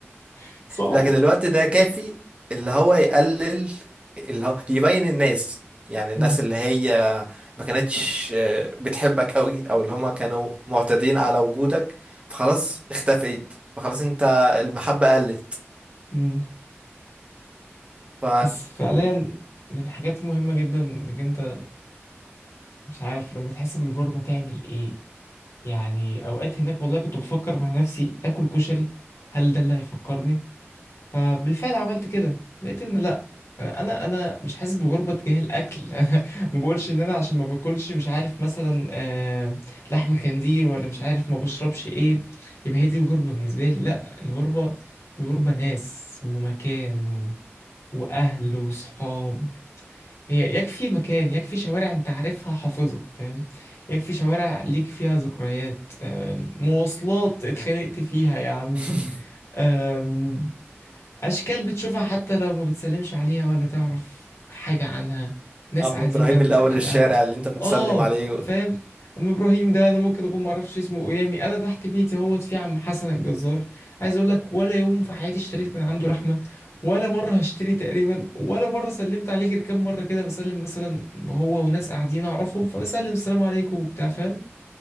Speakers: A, on the left (about 80°); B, on the right (about 25°).
A: <laughs> صعبة
B: لكن الوقت ده كافي اللي هو يقلل اللي هو يبين الناس يعني الناس
A: مم.
B: اللي هي ما كانتش آه، بتحبك قوي او اللي هما كانوا معتادين على وجودك فخلاص اختفيت فخلاص انت المحبة قلت
A: مم.
B: ف
A: بس فعليا من حاجات مهمة جدا انك انت مش عارف لما تحس بالغربة تعمل ايه يعني اوقات هناك والله كنت بفكر مع نفسي اكل كشري هل ده اللي هيفكرني فبالفعل عملت كده لقيت ان لا انا انا أنا مش حاسس بغربه تجاه الاكل <laughs> انا ما بقولش ان انا عشان ما باكلش مش عارف مثلا آه، لحم خنزير ولا مش عارف ما بشربش ايه يبقى هي دي الغربه بالنسبه لي لا الغربه الغربه ناس ومكان و... واهل وصحاب هي يكفي مكان يكفي شوارع انت عارفها حافظها فاهم يكفي شوارع ليك فيها ذكريات آم، مواصلات اتخانقت فيها يا
B: <laughs>
A: عم أشكال بتشوفها حتى لو ما بتسلمش عليها ولا تعرف حاجة عنها ناس
B: عم
A: قاعدين
B: ابراهيم
A: جنبك
B: الاول
A: على
B: الشارع
A: القهوة
B: اللي انت بتسلم
A: آه
B: عليه
A: فاهم أم إبراهيم ده أنا ممكن أكون معرفش اسمه يعني أنا تحت بيتي اهوت في عم حسن الجزار عايز أقول لك ولا يوم في حياتي اشتريت من عنده لحمة ولا مرة هشتري تقريبا ولا مرة سلمت عليه غير كام مرة كده بسلم مثلا هو وناس قاعدين أعرفهم فبسلم السلام عليكم وبتاع فاهم